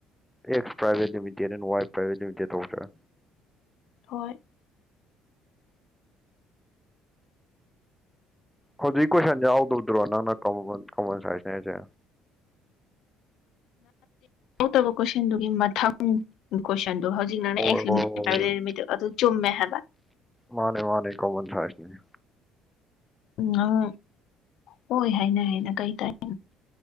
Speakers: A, in the centre; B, on the left.
A: ꯑꯦꯁ ꯄꯔ꯭ꯥꯏꯕꯦꯠ ꯂꯤꯃꯤꯇꯦꯠ ꯑꯟ ꯋꯥꯏ ꯄꯔ꯭ꯥꯏꯕꯦꯠ ꯂꯤꯃꯤꯇꯦꯠ ꯇꯧꯗꯅ
B: ꯍꯣꯏ
A: ꯍꯧꯖꯤꯛ ꯀꯣꯏꯁꯜ ꯌꯥꯎꯗꯕꯗꯨꯔꯣ ꯅꯪꯅ ꯀꯃꯜ ꯁꯥꯏꯅꯁꯅꯦ ꯍꯥꯏꯖꯦ
B: ꯇ ꯇꯕ ꯀꯣꯏꯁꯟꯗꯨꯒꯤ ꯃꯊꯪ ꯀꯣꯏ <unintelligible> <unintelligible>
A: ꯍꯣꯏ ꯍꯣꯏ ꯍꯣꯏ
B: <unintelligible> <unintelligible> ꯆꯨꯝꯃꯦ ꯍꯕ
A: ꯃꯥꯅꯦ ꯃꯥꯅꯦ ꯀꯣꯃꯟ ꯁꯥꯏꯅꯁ ꯅꯦ
B: ꯎꯝ ꯑꯪ ꯍꯣꯏ ꯍꯥꯏꯅ ꯍꯥꯏꯅ ꯀꯩ ꯇꯥꯏ